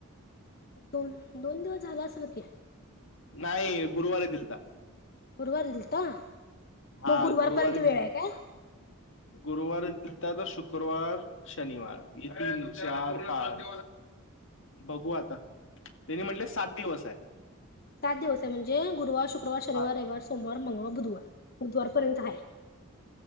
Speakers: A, on the left; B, on the left.
A: आता दोन दोन दिवस झाल असेल की
B: नाही गुरुवारी दिलता
A: गुरुवारी दिलता
B: हा
A: मग गुरुवारपर्यंत
B: गुरुवारी
A: वेळ
B: दि
A: आहे काय?
B: गुरुवारी तर शुक्रवार शनिवार तीन चार पाच बघू आता त्यांनी म्हटले सात दिवस आहे
A: सात दिवस आहे म्हणजे गुरुार शुक्रवार शनिार
B: हा
A: रविवार सोमवार मंगळ बुधवार बुधवार पर्यंत हाय